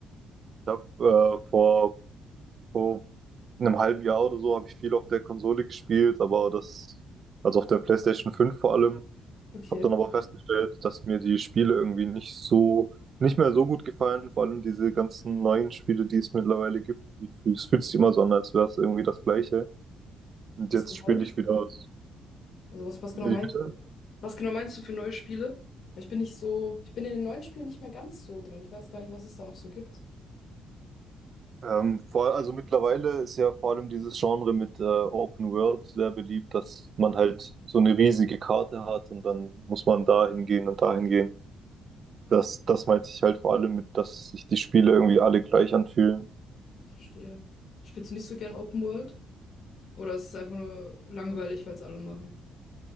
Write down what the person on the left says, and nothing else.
Okay.
Was
für
neue Spiele?
Also was, was genau
meinst
du? Was genau meinst du für neue Spiele? Weil Ich bin nicht so, ich bin in den neuen Spielen nicht mehr ganz so drin. Ich weiß gar nicht, was es da noch so gibt.
Ich verstehe. Spielst du nicht so gern Open World? Oder ist es einfach nur langweilig, weil es alle machen?